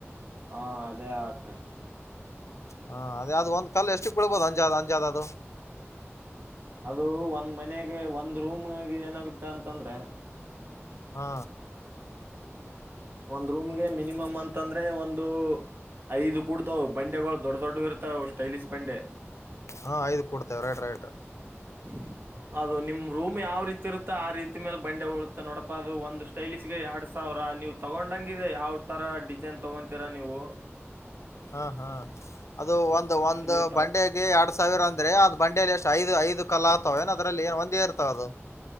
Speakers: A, on the right (about 45°); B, on the left (about 80°).
A: ಹಾ ಅದೇ ಹಾಕ್ರಿ
B: ಹಾ ಅದ ಯಾವ್ದ ಒಂದ್ ಕಲ್ ಎಷ್ಟು ಬೀಳ್ಬೋದು ಅಂಜ ಅಂಜಾದ ಅದು
A: ಅದು ಒಂದ್ ಮನೆಗೆ ಒಂದ್ ರೂಮ್ಗೆ ಏನಾಗುತ್ತ ಅಂತಂದ್ರೆ
B: ಹಾ
A: ಒಂದ್ ರೂಮ್ಗೆ ಮಿನಿಮಮ್ ಅಂತಂದ್ರೆ ಒಂದು ಐದು ಕೂಡ್ತವು ಬಂಡೆಗಳು ದೊಡ್ಡ ದೊಡ್ಡ ಇರ್ತಾವ ಸ್ಟೈಲಿಶ್ ಬಂಡೆ
B: ಹಾ ಐದು ಕೊಡ್ತೇವೆ ರೈಟ್ ರೈಟ್
A: <inaudible> ಅದು ನಿಮ್ ರೂಮ್ ಯಾವ ರೀತಿ ಇರುತ್ತೋ ಆ ರೀತಿ ಮೇಲೆ ಬಂಡೆ ಹಡುತ್ತೆ ನೋಡಪ್ಪಾ ಅದು ಒಂದು ಸ್ಟೈಲಿಗೆ ಎರಡ್ ಸಾವಿರ ನೀ ತಗೊಂಡಂಗಿದೆ ಯಾವ ತರ ಡಿಸೈನ್ ತಗೊತೀರಾ ನೀವು
B: ಹಾ ಹ್ಮ ಅದು ಒಂದು ಒಂದು
A: ನೀವು ತ
B: ಬಂಡೆಗೆ ಎರಡ್ ಸಾವಿರ ಅಂದ್ರೆ ಅದ್ ಬಂಡೇಲಿ ಎಷ್ಟು ಐದು ಐದು ಕಲಾ ಆತಾವವೊ ಅದ್ರಲ್ಲಿ ಏನ್ ಒಂದೇ ಇರ್ತಾವ ಅದು